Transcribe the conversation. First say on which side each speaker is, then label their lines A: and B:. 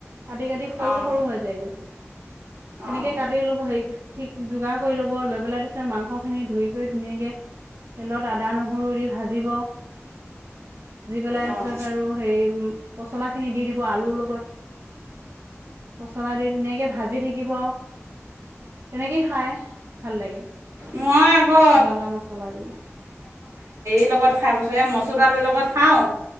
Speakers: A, on the right (about 55°); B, on the right (about 85°).
A: কাটি কাটি সৰু
B: অঁ
A: সৰু হৈ যায়গৈ তেেনেকে
B: অঁ
A: কাটি লব সে ঠিক যোগাৰ কৰি লব লৈ পেলাই তাৰিছত মাংসখিনি ধুই কৰি ধুনীয়াকে তেলত আদা নহৰু দি ভাজি পেলাই পিছত
B: অঁ
A: আৰু হে পচলা খিনি দি দিব আলুৰ লগত মচলা দি ধুনীয়াকে ভাজি থাকিব তেনেকেই খাই ভাল লাগে
B: মই আকৌ
A: জ্বলা মচলা দি
B: ম লগত খাই পাইছোঁ মচুৰ দালিৰ লগত খাওঁ